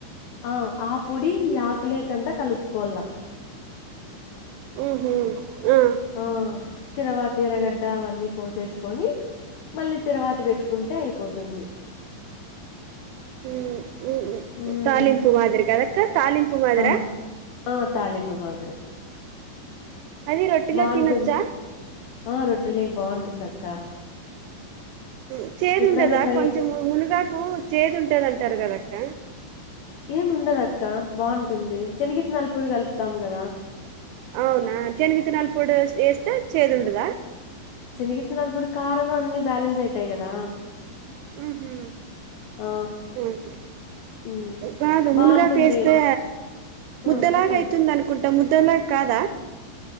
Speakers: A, on the left; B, on the right.
A: ఆ ఆ పోడి ఈ ఆక్లేకంత కలుపుకోల్లా
B: మ్ హు ఆ
A: ఆ తిరువాత ఎర్రగడ్డ అవన్నీ కోసేసుకొని మళ్ళీ తిరువాతి పెట్టుకుంటే అయిపోతుంది
B: మ్ మ్
A: ఉమ్
B: తాలింపు మాదిరి కదక్క తాలింపు మాదిరా
A: ఆ ఆ తాలింపు మాదిరి
B: అది రొట్టెలో
A: బాగుంటుంది
B: తినొచ్చా
A: ఆ రొట్టే లేకి బాగుంటుంది అక్క
B: మ్ చేదు
A: ఎప్పుడన్నా
B: ఉంటదా
A: ట్రై
B: కొంచెం మునుగాకు చేది ఉంటుందంటారు కదక్క
A: ఏం ఉండదక్క బాగుంటుంది శనగిత్త నల పొడి కలుపుతాం కదా
B: అవునా షనగిత్తనాల ఫొడి వేస్తే చేదు ఉండదా
A: శనిగిత్తన పొడి కారం అన్ని బ్యాలెన్స్ అయితాయి కదా
B: మ్ హు
A: ఆ
B: ఓకే
A: ఉమ్
B: కాదు మునగా
A: బాగుంటుంది
B: కేస్తే ముద్ద్దలాగయితుందను
A: ఆ చెప్పండి
B: కుంట ముద్దలాగ కాదా